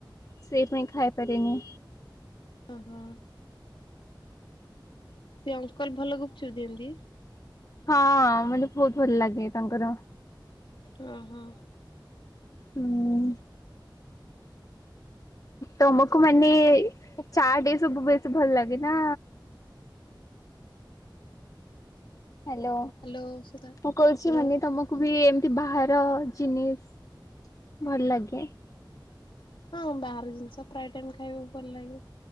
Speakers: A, on the left; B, on the left.
A: ସେଇ ପାଇଁ ଖାଇ ପାରେନି।
B: ଓହୋ। ସେ ଅଙ୍କଲ୍ ଭଲ ଗୁପଚୁପ୍ ଦିଅନ୍ତି।
A: ହଁ ମାନେ ବହୁତ ଭଲ ଲାଗେ ତାଙ୍କର
B: ହୁଁ-ହୁଁ।
A: ହୁଁ। ତମକୁ ମାନେ ଚାଟ୍ ଏ ସବୁ ବେଶୀ ଭଲ ଲାଗେ ନା। ହ୍ୟାଲୋ,
B: ହ୍ୟାଲୋ ସୁଧା ହ୍ୟାଲୋ
A: ମୁଁ କହୁଛି ମାନେ ତମକୁ କୁ ବି ଏମତି ବାହାର ଜିନିସ ଭଲ ଲାଗେ।
B: ହଁ ବାହାର ଜିନିଷ ପ୍ରାୟ ଟାଇମ୍ ଖାଇବାକୁ ଭଲ ଲାଗେ।